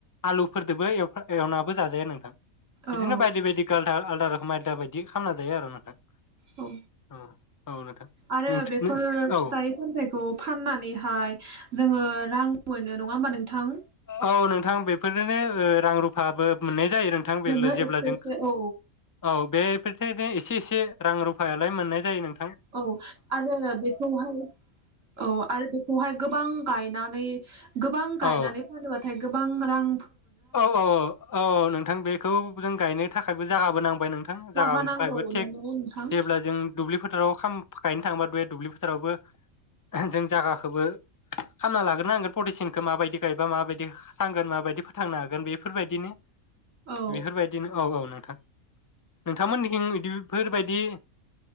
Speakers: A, on the left (about 30°); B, on the right (about 65°).
A: आलु फोरदोबो एवफा एवनाबो जाजायो नोंथां।
B: औ
A: बिदिनो बायदि बायदि काल आ आलदा रोखोम आयदा बायदि खालामना जायो आरो नोंथां।
B: औ
A: औ औ नोंथां
B: आरो
A: नों
B: बेफोर
A: औ
B: फिथाइ साम थाइखौ फाननानैहाय जोंङो रां मोनो नङा होमबा नोंथां
A: औ नों थां बेफोरजोंनो ओ रां रुफाबो मोननाय जायो नोंथां बेरल'
B: मोनो
A: जेब्ला
B: एसे
A: जों
B: एसे
A: खा
B: औ
A: औ बेफोर <unintelligible> एसे एसे रां रु फायालाय मोननाय जायो नों
B: औ आरो बेखौहाय औ आरो बेखौहाय गोबां गायनानै गा गोबां गायनानै
A: औ
B: फानोबाथाय गोब बां रां
A: औ औ औ अ नोंथां बेखौ जों गायनो थाखायबो जागाबो नां बो नोंथां जागानि
B: जागा नांगौ
A: थाखायबो थेक
B: नंगौ नोंथां
A: गायनो थाङोबा दुये दुब्लि फोथारावबो जों जागाखोबो खामना लाग्रोनांगोन प्रटेसिनखो माबायदि गायबा माबायदि थांगोन माबायदि फा थांनो हागोन बेफोरबायदिनो
B: औ
A: बेफोरबायदिनो औ औ नोंथां नोंथांमोननिखिं बिफोरबायदि